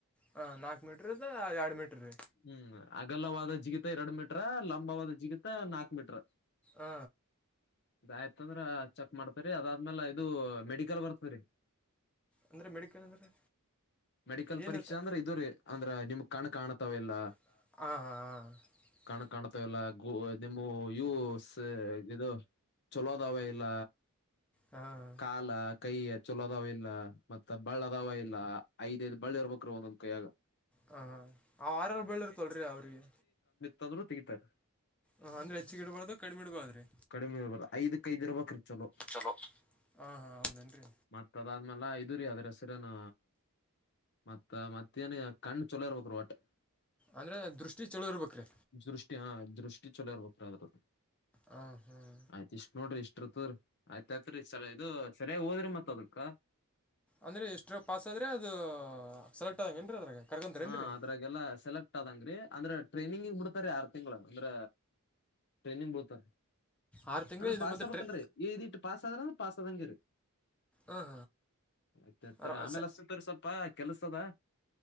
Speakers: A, in the centre; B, on the left.
A: ಹಾಂ ನಾಲ್ಕು ಮೀಟ್ರೀದ ಎರಡು ಮೀಟ್ರ ರೀ
B: ಹ್ಮ್ ಅಗಲವಾದ ಜಿಗಿತ ಎರಡು ಮೀಟ್ರ ಲಂಬವಾದ ಜಿಗಿತ ನಾಕ್ು ಮೀಟ್ರ
A: ಹ
B: ಇದಯ್ತ ಅಂದ್ರ ಚೆಕ್ ಮಾಡ್ತರಿ ಅದಾದ್ಮೇಲೆ ಇದು ಮೆಡಿಕಲ್ ಬರ್ತರಿ
A: ಅಂದರೆ ಮೆಡಿಕಲ್ ಅಂದರೆ
B: ಮೆಡಿಕಲ್
A: ಏನಿರ್ತ
B: ಪರೀಕ್ಷೆ ಅಂದ್ರೆ ಇದು ರೀ ಅಂದ್ರ ನಿಮ ಕಣ ಕಾಣ್ತಾವಲ್ಲ
A: ಹ ಹ ಹಾ
B: ಕಾಣ್ತಾ ಇಲ್ಲ ನಿಮ್ಮ ಇವು ಇದು ಚಲೋದಾವೇ ಇಲ್ಲ
A: ಹಾಂ
B: ಕಾಲಕ್ ಕೈ ಚಲ್ ಅದಾವ ಇಲ್ಲ ಮತ್ತತ್ ಬಳ್ಳ ಅದಾವ ಇಲ್ಲ ಐದೈ್ ಬಳ್ಳ ಇರ್ಬೇಕ್ರೀ ಒಂದೊಂದ್ ಕೈಯಗ
A: ಹ ಅವ ಆರಾರ ಬೆಳಿರ್ಕೊಲ್್ರಿ ಅವ್ರಿಗೆ
B: ತೊಂದರು ತೆಗತಾರೆ
A: ಹಾಂ ಅಂದ್ರೆ ಹೆಚ್ಚಿಗೆ ಇಡಬಾರ್ದು ಕಡಿಮೆ ಇಡಬಾರ್ದು ರೀ
B: ಕಡಿಮೆ ಇಬಲ್ಲ ಐದಕ್ ಐದು್ ರೂರುವ ಖರ್ಚಲ್ಲ
A: ಚಲೋ ಹಾಂ ಹಾಂ ಹೌದೇನ್ರಿ
B: ಮತ್ತ ಅದಾದ್ಮೇಲೆ ಐ ಇದರಿೀ ಅದ್ರ ಹೆಸರನ್ ಮತ್ತ ಮತ್ತೇಏನ್ ಕಣ್ಣ್ ಚೊಲೋ ಇರ್ಬೇಕ ರೀ ಒಟ್
A: ಅಂದ್ರೆ ದೃಷ್ಟಿ ಚಳೋ ಇರ್ಬೇಕ್ರೀ
B: ದೃಷ್ಟಿ ದೃಷ್ಟಿ ಚಲೋ ಇರ್ಬ
A: ಹಾಂ ಹಾಂ
B: ಆಯ್ತ ಇಷ್ಟ್ ನೋಡ್ರಿ ಇಷ್ಟ ಇರ್ತ ಆಯ್ತ ಮತ್ರಿ ಸಲ ಇದು ಸರಿಯಾಗಿ ಹೋದ್ರಿ ಮತ್ತ ಅದಕ್ಕ
A: ಅಂದ್ರೆ ಎಷ್ಟ್ರ ಪಾಸ್ ಆದ್ರೆ ಅದು ಸೆಲೆಕ್ಟ್ ಆದಂ ಏನ್ರೀ ಅದ್ರಾಗ ಕರ್ಕೊಂತಾರೇನು
B: ಹಾ
A: ರೀ
B: ಅದ್ರಾಗೆಲ್ಲ ಸೆಲೆಕ್ಟ್ ಆದಂಗ್ರೀ ಅಂದ್ರೆ ಟ್ರೈನಿಂಗ್ ಇಬಡ್ತಾರೆ ಆರ್ ತಿಂಗಳ ಅಂದ್ರ ಟ್ರೈನಿಂಗ್ ಬೋತದ
A: ಆರು ತಿಂಗಳು
B: ಅಂದ್ರೆ
A: ಇದು
B: ಪಾಸ್
A: ಮತ್ತೆ
B: ಆಗ್ಬಬೇಕಲ್್ರೀಿ
A: ಟ್ರೈ
B: ಪಸ್ ಅ ಆದ್ರ್ರೆ ಪಸ್ ಆದಂಗಗೆರಿತತ
A: ಹಾಂ ಹಾಂ
B: ಆಮೇಲೆಸ ಸ್ವಲ್ಪ ಅಪ್ಪಾ ಕೆಲ್ಸದ